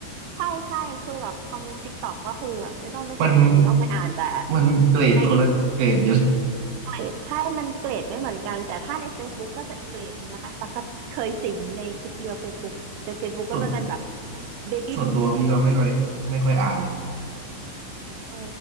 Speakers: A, on the right; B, on the right.
A: ใช่ใช่คือแบบคอมเมนต์ติ๊กต็อกก็คือแบบไม่ต้องไม่สนใจไม่ต้องไม่อ่านแต่
B: <laughs> มันมันเกรดคนละเกรดเยอะ
A: ในเกรดใช่มันเกรดไม่เหมือนกันแต่ถ้าใน Facebook ก็จะอีกเกรดนึงนะคะตักก็เคยสิงในคลิปเรียว Facebook ใน Facebook
B: ส่วน
A: ก็จะเป็นแบบ Baby
B: ส่วนตัวพี่ก็ไม่ค่อยไม่ค่อยอ่านเลย
A: Boomer เออ